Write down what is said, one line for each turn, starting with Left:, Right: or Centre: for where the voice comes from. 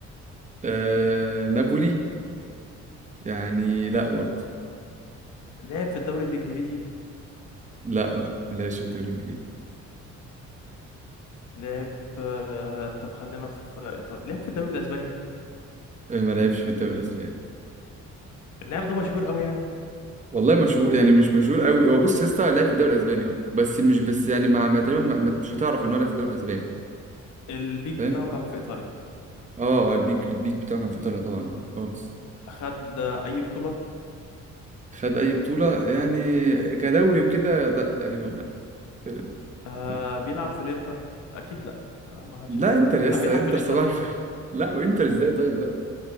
Right: آه نابولي يعني لا برضه
Left: لعب في الدوري الإنجليزي
Right: لا اه ما لعبش في الدوري الانجليزي
Left: لعب آه طب خلينا في إيطاليا لعب في الدوري الأسباني
Right: آه، ما لعبش في الدوري الاسباني
Left: اللاعب ده مشهور قوي يعني
Right: والله مشهور يعني مش مشهور قوي هو بص يا اسطى لعب في الدوري الاسباني اه بس مش بس يعني مع ما تقريبا ما- ما- مش هتعرف ان هو لعب في الدوري الاسباني
Left: البيك
Right: فاهم
Left: بتاعه كان في إيطاليا
Right: اه اه البيك البيك بتاعه كان في ايطاليا طبعا اه خالص
Left: خد آه، أي بطولة
Right: خد اي بطوله يعني كدوري وكده لا تقريبا لا تقريباً
Left: آه
Right: لا,
Left: بيلعب في الإنتر أكيد لأ آه ما خدش
Right: لا
Left: دوري
Right: انتر
Left: ولا-
Right: يا
Left: خ-
Right: اسطى
Left: بيلعب
Right: انتر
Left: في الإنتر
Right: صباح الفل <laughs> لا وانتر ازاي طيب
Left: ب-
Right: لا